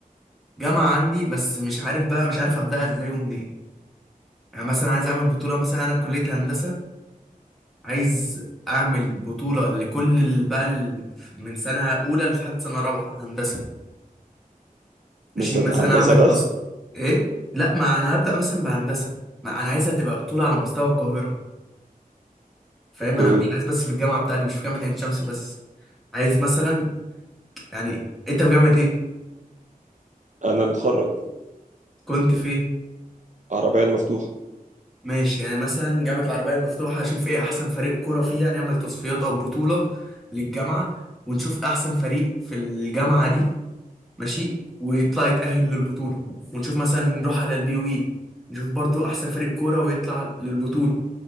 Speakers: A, in the centre; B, on the right.
A: الجامعه عندي بس مش عارف بقى مش عارف ابداها ازاي ومنين يعني مثلا عايز اعمل بطوله مثلا انا كليه هندسه عايز اعمل بطوله لكل ال- بقى ال- من سنه اولى لحد سنه رابعه هندسه
B: بس
A: ماشي
B: هت-
A: مثلا
B: هندسه
A: اعمل
B: بس
A: تاسك ايه لا ما انا هبدا
B: هن-
A: مثلا بهندسه ما انا عايزها تبقى بطوله على مستوى القاهره فاهم
B: اوكي
A: انا مش عايز بس في الجامعه بتاعتي مش في جامعه عين شمس بس عايز مثلا يعني انت في جامعه ايه
B: انا متخرج
A: كنت في ايه
B: عربيه المفتوحه
A: ماشي يعني مثلا جامعه العربيه المفتوحه اشوف ايه احسن فريق كوره فيها نعمل تصفيات او بطوله للجامعه ونشوف احسن فريق في الجامعه دي ماشي ويطلع يتاهل للبطوله ونشوف مثلا نروح على البي يو اي نشوف برضو احسن فريق كوره ويطلع للبطوله